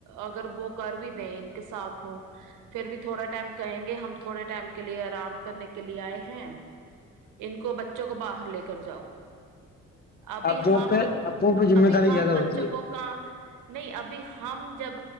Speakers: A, on the right; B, on the left.
A: اگر وہ کر بھی دیں ان کے ساتھ ہووں پھر بھی تھوڑا ٹائم کہیں گے ہم تھوڑے ٹائم کے لیے آرام کرنے کے لیے آئے ہیں ان کو بچوں کو باہر لے کر جاؤ ابھی
B: ابو
A: ہم
B: پہ ابوں پہ ذمہ
A: ابھی
B: داری
A: ہم
B: زیادہ
A: بچوں
B: ہوتی ہے
A: کو کا نہیں ابھی ہم جب